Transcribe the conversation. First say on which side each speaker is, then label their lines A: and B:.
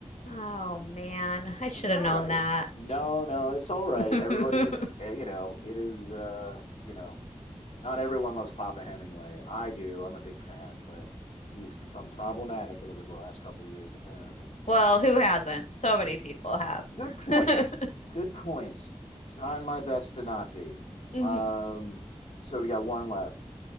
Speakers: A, on the left (about 80°); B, on the left (about 60°).
A: Oh man, I should
B: It's
A: have
B: all
A: known
B: right.
A: that.
B: No, no, it's all right.
A: <laughs>
B: Everybody's, eh, you know, it is, uh, you know, not everyone loves Papa Hemingway. I do. I'm a big fan, but he's become problematic over the last couple years, apparently.
A: Well, who hasn't? So many people have.
B: Good point.
A: <laughs>
B: Good point. Trying my best to not be.
A: Mhm.
B: Um, so we got one left.